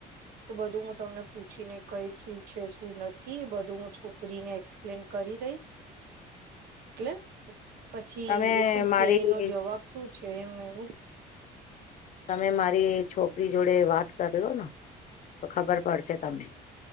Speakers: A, on the right (about 65°); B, on the left (about 45°).
A: કે બધું હું તમને પૂછી ને કઈ શું છે શું નથી બધું છોકરીને એક્સપ્લેન કર કરી દઈશ
B: <unintelligible>
A: એટલે પછી
B: તમે
A: એ શું
B: મારી
A: કે એનો જવાબ શું છે એવું
B: તમે મારી છોકરી જોડે વાત કરલો તો ખબર પડશે તમે